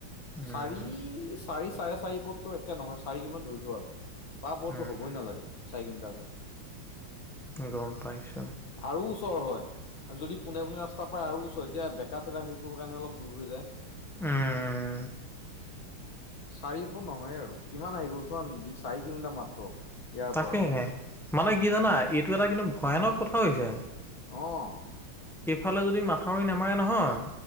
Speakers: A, in the centre; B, on the left.
A: উম
B: চাৰি, চাৰি চাৰে চাৰি পত ট, একে নহয় চাৰি <unintelligible> ধৰি দিওঁ আৰু। তাৰপৰটো
A: উম
B: হ'বই নালাগে, চাৰি কিলোমিটাৰ পৰত।
A: গম পাইছ
B: আৰু ওচৰ হয়। আৰু যদি পোনে পোনে ৰাস্তা পাই আৰু ওচল এতিয়া বেকা টেৰা হেৰিৰ কাৰণে অলপ দূৰ হৈ যায়।
A: উম
B: চাৰি পন' নহয় আৰু কিমান আহি গ'ল চোৱা চাৰি কিলোমিটাৰ মাত্ৰ। ইয়াৰ
A: তাকেই।
B: পৰা
A: মানে কি জানা, এইটো এটা কিন্তু ভয়ানক কথা হৈছে।
B: অহ।
A: সেফালেও যদি মাথাউৰি নামাৰে নহয়।